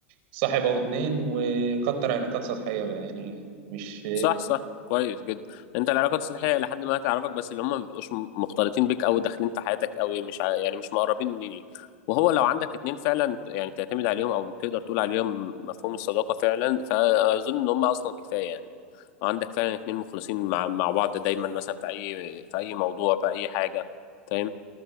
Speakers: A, on the right; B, on the left.
A: صاحب او اتنين وكتر علاقات سطحيه بقى يعني مش
B: صح صح كويس جدا انت العلاقات السطحيه لحد ما تعرفك بس اللي هم ما بيبقوش مختلطين بيك قوي داخلين في حياتك قوي مش ع- يعني مش مقربين ليك وهو لو عندك اتنين فعلا يعني تعتمد عليهم او تقدر تقول عليهم مفهوم الصداقه فعلا فاظن ان هم اصلا كفايه يعني عندك فعلا اتنين مخلصين مع مع بعض دايما مثلا في اي في اي موضوع في اي حاجه فاهم